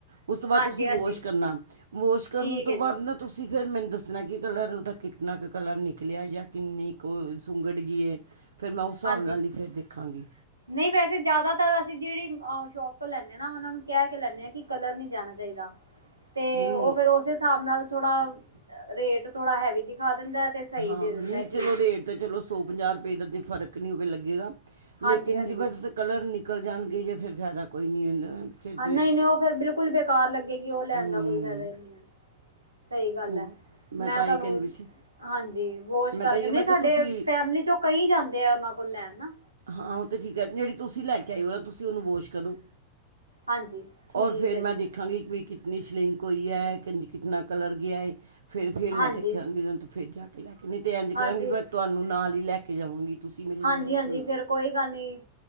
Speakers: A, on the right (about 65°); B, on the right (about 80°).
A: ਉਸ ਤੋਂ ਬਾਅਦ
B: ਹਾਂਜੀ
A: ਤੁਸੀਂ
B: ਹਾਂਜੀ
A: ਵਾਸ਼ ਕਰਨਾ ਵਾਸ਼ ਕਰਨ
B: ਠੀਕ
A: ਤੋਂ
B: ਹੈ
A: ਬਾਅਦ
B: ਜੀ
A: ਨਾ ਤੁਸੀਂ ਫਿਰ ਮੈਨੂੰ ਦੱਸਣਾ ਕਿ ਕਲਰ ਉਹਦਾ ਕਿਤਨਾ ਕੁ ਕਲਰ ਨਿਕਲਿਆ ਜਾਂ ਕਿੰਨੀ ਕੁ ਸੁੰਗੜ ਗਈ ਹੈ। ਫਿਰ ਮੈਂ ਉਸ ਹਿਸਾਬ
B: ਹਾਂਜੀ
A: ਨਾਲ ਨਹੀਂ ਫਿਰ ਦੇਖਾਂਗੀ।
B: ਨਹੀਂ ਵੈਸੇ ਜਿਆਦਾ ਤਰ ਅਸੀਂ ਜਿਹੜੀ ਅ ਸ਼ੋਪ ਲੈਂਦੇ ਨਾ ਉਹਨਾਂ ਨੂੰ ਕਹਿ ਕੇ ਲੈਂਦੇ ਕਿ ਕਲਰ ਨੀ ਜਾਣਾ ਚਾਹੀਦਾ। ਤੇ
A: ਨਹੀਂ ਹੁਣ
B: ਉਹ ਫੇਰ ਉਸ ਹਿਸਾਬ ਨਾਲ ਥੋੜਾ ਰੇਟ ਥੋੜਾ ਹੈਵੀ ਦਿਖਾ ਦਿੰਦਾ। ਤੇ ਸਹੀ
A: ਹਾਂ
B: ਦੇ ਦਿੰਦਾ
A: ਨਹੀਂ
B: ਚੀਜ਼।
A: ਚਲੋ ਰੇਟ ਚਲੋ ਸੌ ਪੰਜਾਹ ਰੁਪਏ ਦਾ ਫਰਕ ਨਹੀਂ ਹੋਵੇ ਲੱਗੇਗਾ ਲੇਕਿਨ
B: ਹਾਂਜੀ ਹਾਂਜੀ
A: ਜਵੇ ਕਲਰ ਨਿਕਲ ਜਾਣਗੇ ਜੇ ਫਿਰ ਫਾਇਦਾ ਕੋਈ ਨਹੀਂ ਹੁੰਦਾ। ਫਿਰ
B: ਹਾਂ
A: ਵੀ,
B: ਨਹੀਂ ਨਹੀਂ ਉਹ ਫਿਰ ਬਿਲਕੁਲ ਬੇਕਾਰ ਲੱਗੇਗੀ ਉਹ ਲੈਣ
A: ਹਮ,
B: ਦਾ ਕੋਈ ਫਾਇਦਾ ਹੀ ਨਹੀਂ। ਸਹੀ ਗੱਲ
A: ਹੋਰ
B: ਹੈ ਮੈਂ
A: ਤਾਂ
B: ਤੁਹਾਨੂੰ
A: ਹੀ ਕਹਿੰਦੀ ਸੀ
B: ਹਾਂਜੀ ਵੋਸ਼
A: ਮੈਂ
B: ਕਰਕੇ
A: ਤਾਂ ਇਹ
B: ਨਹੀਂ
A: ਮੈਂ
B: ਸਾਡੇ
A: ਕਿ ਤੁਸੀਂ
B: ਫੈਮਲੀ ਚੋਂ ਕਈ ਜਾਂਦੇ ਆ ਉਹਨਾਂ ਕੋਲ ਲੈਣ ਨਾ।
A: ਹਾਂ ਉਹ ਤਾਂ ਠੀਕ ਹੈ ਜਿਹੜੀ ਤੁਸੀਂ ਲੈ ਕੇ ਆਇਓ ਨਾ ਤੁਸੀਂ ਉਹਨੂੰ ਵਾਸ਼ ਕਰੋ।
B: ਹਾਂਜੀ ਠੀਕ
A: ਔਰ ਫੇਰ
B: ਹੈ
A: ਮੈਂ
B: ਜੀ
A: ਦੇਖ ਦੇਖਾਂਗੀ ਵੀ ਕਿਤਨੀ ਸਿਲਿੰਕ ਹੋਈ ਹੈ ਕਿੰ ਕਿਤਨਾ ਕਲਰ ਗਿਆ ਹੈ। ਫਿਰ ਫਿਰ
B: ਹਾਂਜੀ
A: ਮੈਂ ਦੇਖਾਂਗੀਨ ਤੋਂ ਫਿਰ ਜਾ ਕੇ ਲੈ ਕੇ ਨਹੀਂ ਤੇ ਇੰਜ
B: ਹਾਂਜੀ
A: ਕਰਾਂਗੀ ਮੈਂ ਤੁਹਾਨੂੰ ਨਾਲ ਹੀ ਲੈ ਕੇ ਜਾਵਾਂਗੀ। ਤੁਸੀਂ ਮੇਰੇ
B: ਹਾਂਜੀ
A: ਨਾਲ ਚੱਲਣਾ
B: ਹਾਂਜੀ ਫੇਰ ਕੋਈ ਗੱਲ ਨੀ